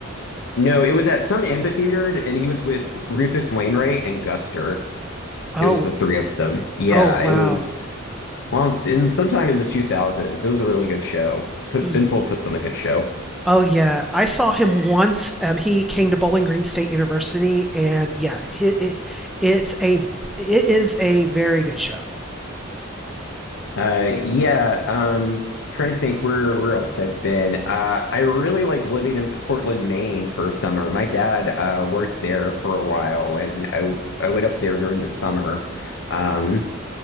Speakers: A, on the left (about 60°); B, in the centre.
A: No, it was at some amphitheater, and he was with Rufus Wainwright and Guster.
B: Oh,
A: It was the three of them. Yeah,
B: oh wow.
A: it was long in sometime in the 2000s. It was a really good show. Put,
B: E-
A: Ben Folds puts on a good show.
B: Oh yeah, I saw him once. Um, he came to Bowling Green State University, and yeah, it, it it's a it is a very good show.
A: Uh, yeah, um, trying to think where where else I've been. Uh, I really liked living in Portland, Maine for a summer. My dad uh, worked there for a while, and I w- I went up there during the summer. Um,